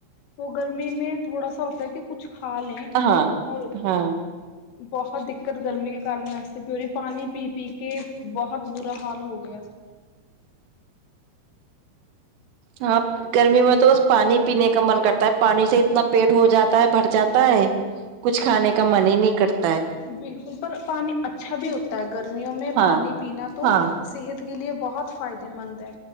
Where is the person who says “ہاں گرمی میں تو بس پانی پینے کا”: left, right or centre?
Right